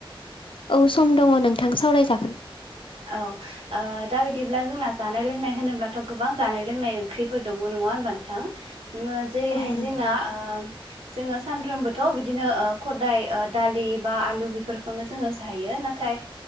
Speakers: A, on the left; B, on the right.
A: औ सम दङ नोंथां सावरायजागोन।
B: औ ओ दा बिदिब्ला जोंना जानाय लोंनाय होनोब्लाथ' गोबां जानाय लोंनाय ओंख्रिफोर दङ न होनबा नोंथां जेरैहाय
A: औ नोंथां
B: जोंना जोङो सानफ्रोमबोथ' बिदिनो खदाय दालि बा आलु बेफोरखौनो जोङो जायो नाथाय